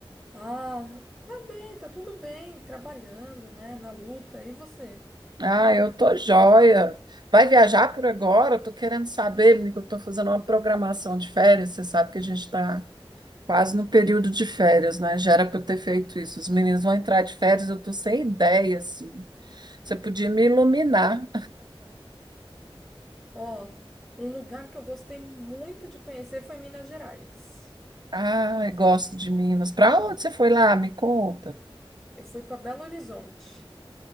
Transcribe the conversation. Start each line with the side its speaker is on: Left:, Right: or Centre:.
Centre: Ah, tá bem, tá tudo bem, trabalhando, né, na luta. E você?
Right: Ah, eu tô jóia. Vai viajar por agora? Eu tô querendo saber, porque eu tô fazendo uma programação de férias. Você sabe que a gente está quase no período de férias, né? Já era para eu ter feito isso. Os meninos vão entrar de férias, eu tô sem ideias. Você podia me iluminar.
Centre: Ó, um lugar que eu gostei muito de conhecer foi Minas Gerais.
Right: Ah, gosto de Minas. Para onde você foi lá? Me conta.
Centre: Eu fui para Belo Horizonte.